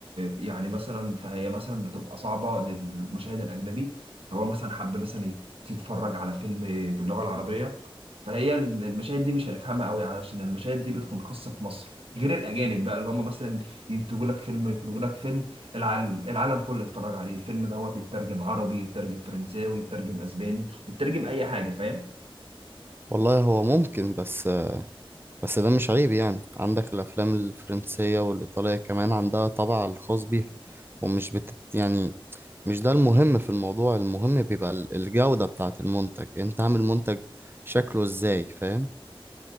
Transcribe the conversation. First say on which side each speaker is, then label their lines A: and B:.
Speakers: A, on the right; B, on the right.
A: يعني مثلا فهي مثلا بتبقى صعبة للمشاهد الاجنبي هو مثلا حب مثلا يت- يتفرج على فيلم باللغة العربية فهي المشاهد دي مش هيفهمها قوي عشان المشاهد دي بتكون خاصة في مصر غير الاجانب بقى اللي هم مثلا ينتجوا لك فيلم يخرجوا لك فيلم الع- العالم كله يتفرج عليه الفيلم دوت يترجم عربي يترجم فرنساوي يترجم اسباني يترجم اي حاجه فاهم
B: والله هو ممكن بس بس ده مش عيب يعني عندك الأفلام الفرنسية والإيطالية كمان عندها طابع الخاص بيها ومش بتت يعني مش ده المهم في الموضوع المهم بيبقى ال- الجودة بتاعة المنتج أنت عامل منتج شكله إزاي فاهم